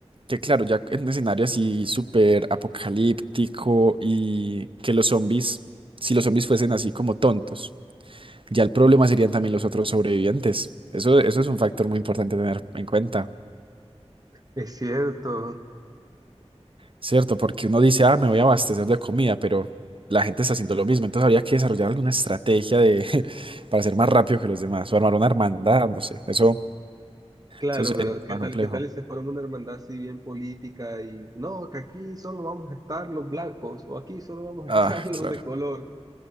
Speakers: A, on the right; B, on the right.
A: que, claro, ya en un escenario así súper apocalíptico y que los zombies, si los zombies fuesen así como tontos, ya el problema serían también los otros sobrevivientes. Eso, eso es un factor muy importante a tener en cuenta.
B: es cierto.
A: ¿cierto? Porque uno dice, ah, me voy a abastecer de comida, pero la gente está haciendo lo mismo. Entonces habría que desarrollar alguna estrategia de, <laughs> para ser más rápido que los demás, o armar una hermandad, no sé. Eso,
B: Claro,
A: eso es, es
B: pero ¿qué
A: más
B: tal,
A: complejo.
B: qué tal si se forma una hermandad así bien política y no, que aquí solo vamos a estar los blancos o aquí solo vamos a
A: Ah,
B: estar <laughs> los
A: claro.
B: de color?